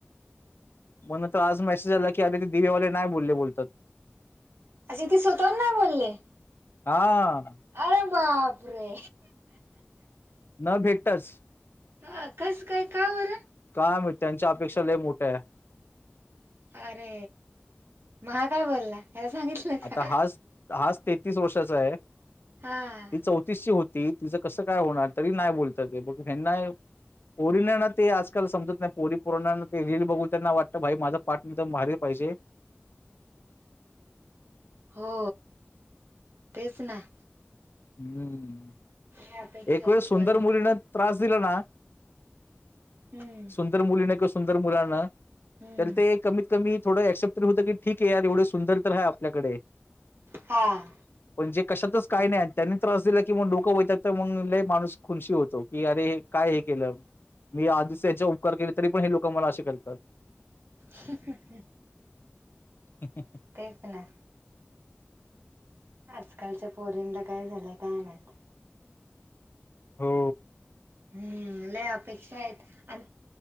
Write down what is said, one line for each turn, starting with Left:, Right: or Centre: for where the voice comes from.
Left: म्हण तरो आज मेसेज आला की अरे ते दिवेवाले नाही बोलले बोलतात.
Right: अ्े <inaudible> ते स्वतून नाही बोलले.
Left: हा
Right: आरा म अपरे
Left: न भेटताच.
Right: ह कसं काय का होरं.
Left: काय मी त्यांच्या अपेक्षा ल मोठ्या आहे.
Right: अरे म हा काय बोलला याला सांगितलं. का?
Left: आता हाच हाच तेहतीस वर्षाचा आहे.
Right: हा
Left: ती चौतीसशीची होती तिचं कसं काय होणार तरी नाही बोलत ते बघ हना. पोरीनाना ते आजकाल समजत नाही पोरी पोराणाना ते रील बघू त्यांना वाटतं भाई माझं पाठ म मार पाहिजे.
Right: हो तेच ना.
Left: हम्म
Right: या अपेक्षा
Left: एक
Right: आहेत
Left: वेळ सुंदर
Right: पोरींच्या.
Left: मुलीने त्रास दिला ना.
Right: हम्म.
Left: सुंदर मुलीने किंवा सुंदर मुलाना.
Right: हम्म.
Left: तर ते कमीत कमी थोडं एक्सेप्टरी होतं की ठीक आहे यार एवढे सुंदर तर आहे आपल्याकडे
Right: हां
Left: पण जे कशातच काही नाही त्यांनी त्रास दिला की मग लडोकं होतात तर मग ल माणूस खुूनशी होतो. की अरे काय हे केलं मी आधीच याचा उपकार केले तरी पण हे लोक मला असे करतात.
Right: हूं हूं हूं
Left: ह ह
Right: तेच नाही आजकालच्या पोरींला काय झालंय काय नाहीत.
Left: हो
Right: हम्म ल अपेक्षा आहेत आणि